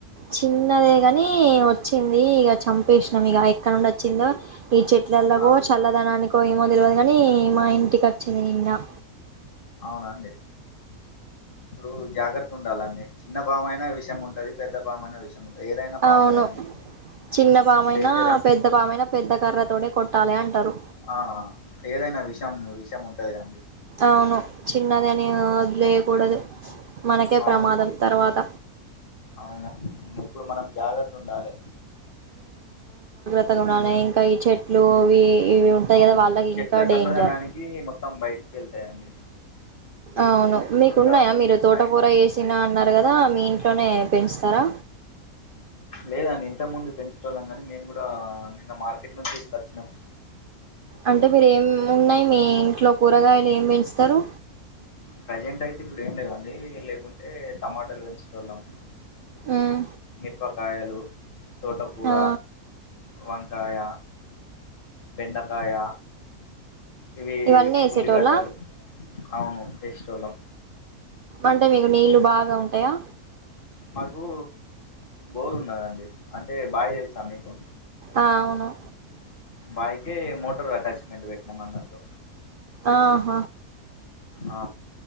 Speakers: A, on the right; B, on the left.
A: చిన్నదే ని వచ్చింది ఇక చంపేసినాం ఇక ఎక్కడ నుండి వచ్చిందో ఈ చెట్లలో
B: ఆ
A: కొ చల్లదనానికో ఏమో తెల్వదు కాని మా ఇంటిక చింది నిన్న
B: అవునా అండి ఇప్పుడు జాగ్రత్త ఉండాలంన్నీ చిన్న పామయిన విషయం ఉంటది పెద్ద పామయిన విషం ఉంటది ఏదైనా పామే
A: అవును
B: కదండి
A: చిన్న పామయినా
B: డేంజరే
A: పెద్ద పామయినా పెద్ద కర్ర తోనే కొట్ ట్టాలి అంటారు
B: ఆ ఏదైనా విషం విషం ఉంటది అండి
A: అవును చిన్నది అని వదిలేయకూడదు మనకే
B: అవును
A: ప్రమాదం తర్వాత
B: అవును మనం జాగర్త ఉండాలె
A: ర్త గుండాలె ఇట్ చెట్లు ఇవి ఇవి ఉంటాయి గదా
B: అవును
A: వాళ్ళకి
B: చెట్ల
A: ఇంకా డేంజర్
B: చల్లదనానికి మొత్తం బయటికి వెళ్తాయండి
A: అవును
B: ఇప్పుడు
A: మీకున్నాయా?
B: ఇగ
A: మీరు తోటకూర
B: నైట్
A: వేసినా అన్నారు గదా మీ ఇంట్లోనే పెంచుతారా?
B: లేదండి ఇంతకు ముందు పెంచేటోళ్ళం గాని మేము గూడా నిన్న మార్కెట్ నుంచి తీస్కొచ్చినాం.
A: అంటే మీరు ఏం ఉన్నాయి మీ ఇంట్లో కూరగాయలు ఏం పెంచుతారు?
B: ప్రజెంట్ అయితే ఇప్పుడు ఏం లేవండి లేకుంటే టమాటాలు పెంచేటోళ్లం.
A: ఉమ్
B: మిరపకాయలు తోటకూర
A: ఆ
B: వంకాయ బెండకాయ ఇవి
A: ఇవన్నీ వేసేటోళ్ళ
B: ఉల్లిగడ్డలు అవును వేసేటోళ్లం.
A: అంటే మీకు నీళ్లు బాగా ఉంటాయా?
B: మాకు బోరు ఉన్నదండి అంటే బాయి తెల్సా మీకు?
A: అవును
B: బాయికే మోటర్ అటాచ్మెంట్ పెట్టినాం అన్నట్టు.
A: ఆహ
B: ఆ